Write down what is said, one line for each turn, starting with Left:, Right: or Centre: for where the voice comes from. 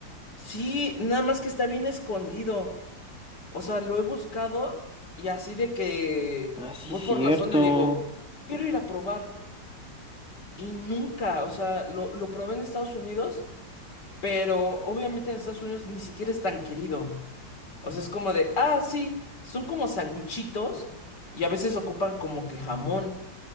Left: sí, nada más que está bien escondido. O sea, lo he buscado y así de que
Centre: Ah, sí,
Left: voy
Centre: cierto.
Left: por la zona y digo, quiero ir a probar. Y nunca, o sea, lo, lo probé en Estados Unidos, pero obviamente en Estados Unidos ni siquiera es tan querido. O sea, es como de, ah, sí, son como sanguchitos y a veces ocupan como que jamón,